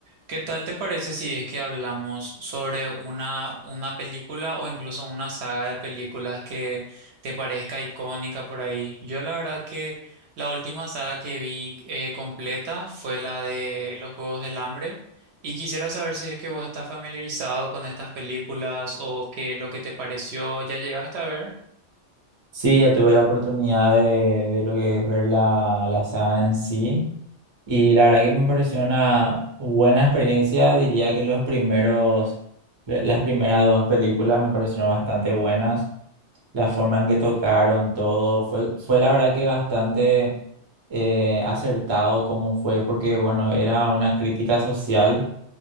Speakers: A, on the right; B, on the right.
A: ¿Qué tal te parece si es que hablamos sobre una, una película o incluso una saga de películas que te parezca icónica por ahí? Yo la verdad que la última saga que vi eh, completa fue la de Los Juegos del Hambre y quisiera saber si es que vos estás familiarizado con estas películas o qué es lo que te pareció, ¿ya llegaste a ver?
B: Sí, ya tuve la oportunidad de, de lo que es ver la, la saga en sí y la verdad que me pareció una buena experiencia. Diría que los primeros, la- las primeras dos películas me parecieron bastante buenas. La forma en que tocaron todo fue, fue la verdad que bastante eh, acertado como fue porque bueno, era una crítica social